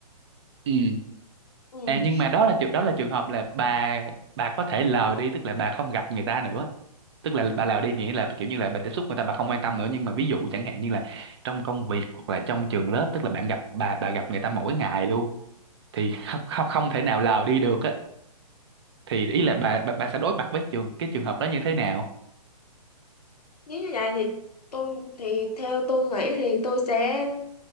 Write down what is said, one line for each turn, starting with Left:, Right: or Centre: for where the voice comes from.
Right: ừ
Left: ừ.
Right: à, nhưng mà đó là trường đó là trường hợp là bà bà có thể lờ đi tức là bà không gặp người ta nữa tức là bà lờ đi nghĩa là kiểu như là bà tiếp xúc người ta bà không quan tâm nữa nhưng mà ví dụ chẳng hạn như là trong công việc hoặc là trong trường lớp tức là bạn gặp bà bà gặp người ta mỗi ngày luôn thì không không không thể nào lờ đi được á thì ý là bà, bà bà sẽ đối mặt với trường cái trường hợp đó như thế nào
Left: nếu như vậy thì tôi thì theo tôi nghĩ thì tôi sẽ